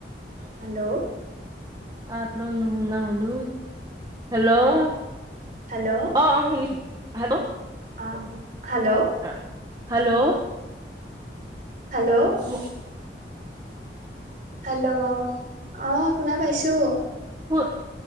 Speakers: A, on the right (about 20°); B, on the right (about 45°).
A: হয় <inaudible>
B: হেল্ল'।
A: আৰু নশুনা হলোঁ। <unintelligible> হেল্ল' অ',
B: হেল্ল'
A: অ', শুনিছোঁ হেল্ল'।
B: অ', হেল্ল'।
A: অ', হেল্ল'।
B: হেল্ল'।
A: ঘ <inaudible>
B: হেল্ল' অ', শুনা পাইছোঁ।
A: অ',